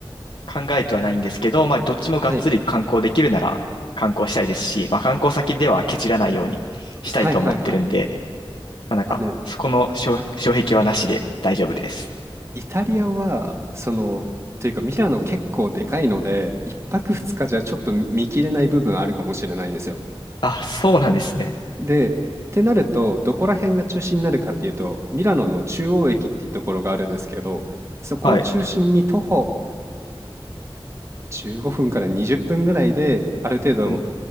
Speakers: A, on the left; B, on the right.
A: 考えてはないんですけど、まあ、どっちもがっつり観光できるなら観光したいですし、
B: はい。
A: まあ、観光先ではケチらないようにしたいと思ってるんで、
B: はいはいはい。
A: まあ、なんか、
B: あの、
A: そこの障、障壁はなしで大丈夫です。
B: イタリアは、その、というかミラノ結構でかいので、一泊二日じゃちょっと見切れない部分あるかもしれないんですよ。
A: あ、そうなんですね。
B: で、ってなると、どこら辺が中心になるかっていうと、ミラノの中央駅っていうところがあるんですけど、そこを中心に徒歩
A: はい。
B: 15分から20分ぐらいで、ある程度、
A: うん。